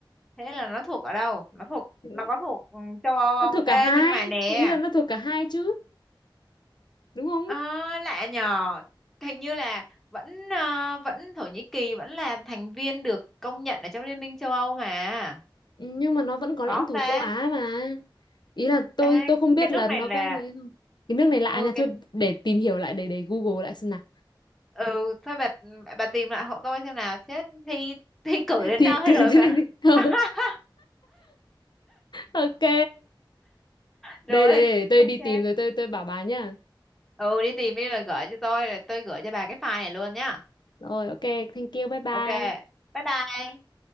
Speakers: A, in the centre; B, on the left.
A: thế là nó thuộc ở đâu nó thuộc
B: Ừ,
A: nó có thuộc ừ, châu Âu không
B: nó thuộc
A: ê
B: cả hai
A: nhưng mà nè
B: ý là nó thuộc cả hai chứ đúng không
A: Ờ, lạ nhờ hình như là vẫn ờ, vẫn Thổ Nhĩ Kỳ vẫn là thành viên được công nhận ở trong Liên minh châu Âu mà
B: Ừ, nhưng mà nó vẫn có
A: có
B: lãnh
A: không
B: thổ
A: ta
B: châu Á mà ý là tôi
A: Ê,
B: tôi không biết
A: cái nước
B: là nó
A: này là
B: có gì không cái nước này lạ
A: ừ
B: nha
A: cái
B: thôi để tìm hiểu lại để để Google lại xem nào
A: ừ thôi bà bà tìm lại hộ tôi xem nào chết thi thi cử đến
B: thì
A: nơi
B: cứ
A: rồi
B: <laughs> thế
A: mà
B: này đi
A: <laughs>
B: <laughs> ok
A: rồi
B: đây đây để tôi
A: ok
B: đi tìm rồi tôi tôi bảo bà nhá
A: ừ đi tìm đi rồi gửi cho tôi rồi tôi gửi cho bà cái file này luôn nhá
B: rồi ok thank you bye bye
A: ok bye bye